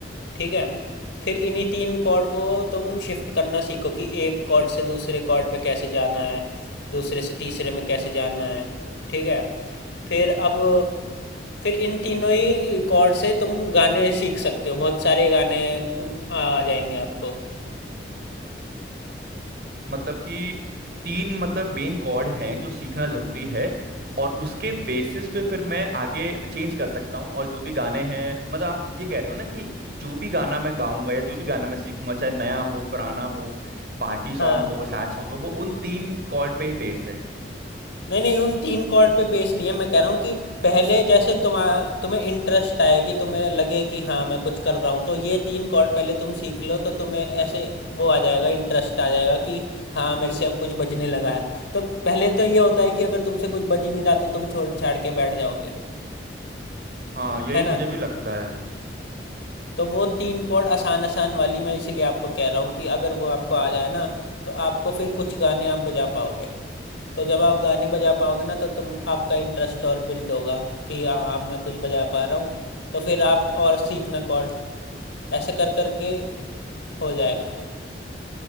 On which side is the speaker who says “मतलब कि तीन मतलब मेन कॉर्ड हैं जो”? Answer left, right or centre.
Right